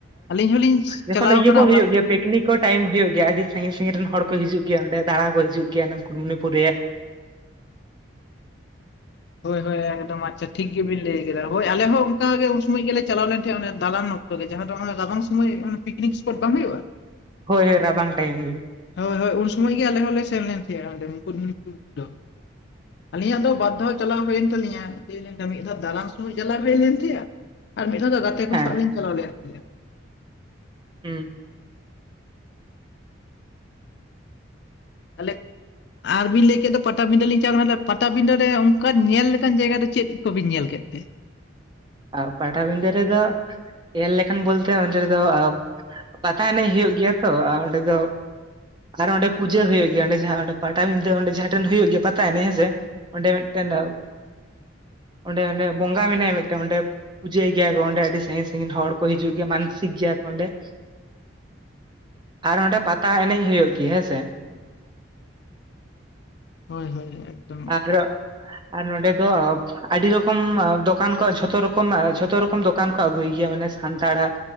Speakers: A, on the left; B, on the right.
A: ᱟᱹᱞᱤᱧ ᱦᱚᱞᱤᱧ
B: ᱡᱚᱠᱷᱚᱱ
A: ᱪᱟᱞᱟᱣ
B: ᱤᱭᱟᱹ
A: ᱟᱠᱟᱱᱟ
B: ᱠᱚ ᱳᱩᱭᱳᱜ
A: ᱚᱱᱟ ᱠᱚᱨᱮ
B: ᱜᱮᱭᱟ ᱯᱤᱠᱱᱤᱠ ᱠᱚ ᱴᱟᱭᱤᱢ ᱦᱩᱭᱩᱜ ᱜᱮᱭᱟ ᱟᱹᱰᱤ ᱥᱟᱺᱜᱤᱧ ᱥᱟᱺᱜᱤᱧ ᱨᱮᱱ ᱦᱚᱲ ᱠᱚ ᱦᱤᱡᱩᱜ ᱜᱮᱭᱟ ᱚᱸᱰᱮ ᱫᱟᱸᱲᱟ ᱠᱚ ᱦᱤᱡᱩᱜ ᱜᱮᱭᱟ ᱢᱩᱠᱩᱴᱢᱩᱱᱤᱯᱩᱨ ᱨᱮ
A: ᱦᱳᱭ ᱦᱳᱭ ᱮᱠᱫᱚᱢ ᱟᱪᱪᱷᱟ ᱴᱷᱤᱠ ᱜᱮ ᱵᱤᱱ ᱞᱟᱹᱭ ᱠᱮᱫᱟ ᱦᱳᱭ ᱟᱞᱮ ᱦᱚᱸ ᱚᱱᱠᱟ ᱜᱮ ᱩᱱ ᱥᱚᱢᱚᱭ ᱜᱮᱞᱮ ᱪᱟᱞᱟᱣ ᱞᱮᱱ ᱴᱟᱦᱮᱸᱱ ᱚᱱᱟ ᱫᱟᱞᱟᱱ ᱚᱠᱛᱚ ᱜᱮ ᱡᱟᱦᱟᱸ ᱫᱚ ᱨᱟᱵᱟᱝ ᱥᱚᱢᱚᱭ ᱯᱤᱠ ᱥᱯᱚᱴ ᱵᱟᱝ ᱦᱩᱭᱩᱜᱼᱟ
B: ᱦᱳᱭ ᱦᱳᱭ ᱨᱟᱵᱟᱝ ᱴᱟᱭᱤᱢ ᱜᱮ
A: ᱦᱳᱭ ᱦᱳᱭ ᱩᱱ ᱥᱚᱢᱚᱭ ᱜᱮ ᱟᱞᱮ ᱦᱚᱸ ᱞᱮ ᱥᱮᱱ ᱞᱮᱱ ᱛᱟᱦᱮᱸᱼᱟ ᱚᱸᱰᱮ ᱢᱩᱠᱩᱴᱢᱩᱱᱤᱯᱩᱨ ᱫᱚ ᱟᱹᱞᱤᱧᱟᱜ ᱫᱚ ᱵᱟᱨ ᱫᱷᱟᱣ ᱪᱟᱞᱟᱣ ᱦᱩᱭᱮᱱ ᱛᱟᱞᱤᱧᱟ ᱫᱤᱭᱮ ᱮᱱᱠᱷᱟᱱ ᱢᱤᱫ ᱫᱷᱟᱣ ᱫᱟᱞᱟᱱ ᱥᱚᱢᱚᱭ ᱪᱟᱞᱟᱣ ᱦᱩᱭ ᱞᱮᱱ ᱛᱟᱸᱦᱮᱫᱼᱟ ᱟᱨ ᱢᱤᱫ ᱫᱷᱟᱣ ᱫᱚ ᱜᱟᱛᱮ ᱠᱚ
B: ᱦᱮᱸ
A: ᱥᱟᱸᱜ ᱞᱤᱧ ᱪᱟᱞᱟᱣ ᱞᱮᱱ ᱛᱟᱦᱮᱸᱜᱼᱟ
B: ᱦᱩᱸ
A: ᱟᱞᱮ ᱟᱨ ᱵᱤᱱ ᱞᱟᱹᱭ ᱠᱮᱫ ᱫᱚ ᱯᱟᱴᱟᱵᱤᱸᱰᱟᱹ ᱞᱤᱧ ᱪᱟᱣ ᱠᱟᱱᱟ ᱯᱟᱴᱟᱵᱤᱸᱰᱟᱹ ᱨᱮ ᱚᱱᱠᱟᱱ ᱧᱮᱞ ᱞᱮᱠᱟᱱ ᱡᱟᱭᱜᱟ ᱫᱚ ᱪᱮᱫ ᱠᱚᱵᱤᱱ ᱧᱮᱞ ᱠᱮᱫ ᱛᱮ
B: ᱟ ᱯᱟᱴᱟᱵᱤᱸᱫᱟᱹ ᱨᱮᱫᱚ ᱧᱮᱞ ᱞᱮᱠᱷᱟᱱ ᱵᱳᱞᱛᱮ ᱚᱸᱰᱮ ᱫᱚ ᱯᱟᱛᱟ ᱮᱱᱮᱡ ᱦᱳᱭᱳᱜ ᱜᱮᱭᱟ ᱛᱚ ᱟ ᱚᱸᱰᱮ ᱫᱚ ᱟᱨ ᱚᱸᱰᱮ ᱯᱩᱡᱟᱹ ᱦᱳᱭᱳᱜ ᱜᱮᱭᱟ ᱚᱸᱰᱮ ᱡᱟᱦᱟᱸ ᱚᱸᱰᱮ ᱯᱟᱴᱟᱵᱤᱸᱫᱟᱹ ᱚᱸᱰᱮ ᱡᱟᱦᱟᱸ ᱴᱷᱮᱱ ᱦᱳᱭᱳᱜ ᱜᱮᱭᱟ ᱯᱟᱛᱟ ᱮᱱᱮᱡ ᱦᱮᱸ ᱥᱮ ᱚᱸᱰᱮ ᱢᱮᱫᱴᱮᱱ ᱚᱸᱰᱮ ᱚᱸᱰᱮ ᱵᱚᱸᱜᱟ ᱢᱮᱱᱟᱭᱟ ᱢᱮᱫ- ᱚᱸᱰᱮ ᱯᱩᱡᱟᱹᱭ ᱜᱮᱭᱟ ᱠᱚ ᱚᱸᱰᱮ ᱟᱹᱰᱤ ᱥᱟᱺᱜᱤᱧ ᱥᱟᱺᱜᱤᱧ ᱦᱚᱲ ᱠᱚ ᱦᱤᱡᱩᱜ ᱜᱮᱭᱟ ᱢᱟᱱᱥᱤᱠ ᱜᱮᱭᱟ ᱠᱚ ᱚᱸᱰᱮ ᱟᱨ ᱚᱸᱰᱮ ᱯᱟᱛᱟ ᱮᱱᱮᱡ ᱦᱳᱭᱳᱜ ᱜᱮᱭᱟ ᱦᱮᱸ ᱥᱮ
A: ᱦᱳᱭ ᱦᱳᱭ ᱮᱠᱫᱚᱢ
B: <unintelligible>
A: ᱟᱹᱰᱤ
B: ᱟᱨ ᱱᱚᱰᱮ ᱫᱚ ᱟᱹᱰᱤ ᱨᱚᱠᱚᱢ ᱫᱚᱠᱟᱱ ᱠᱚ ᱡᱷᱚᱛᱚ ᱨᱚᱠᱚᱢ ᱡᱷᱚᱛᱚ ᱨᱚᱠᱚᱢ ᱫᱚᱠᱟᱱ ᱠᱚ ᱟᱹᱜᱩᱭ ᱜᱮᱭᱟ ᱢᱟᱱᱮ ᱥᱟᱱᱛᱟᱲᱟᱜ